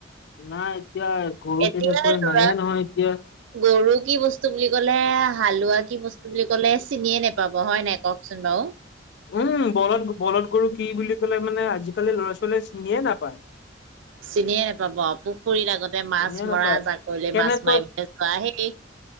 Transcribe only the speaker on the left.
নাই এতিয়া গৰু
তেনেকুৱা
নাইয়ে নহয় এতিয়া।
উম বলদ বলদ গৰু কি বুলি ক'লে মানে আজিকালি ল'ৰা ছোৱালীয়ে চিনিয়ে নাপায়।
চিনিয়ে নাপায়
কেনেকৈ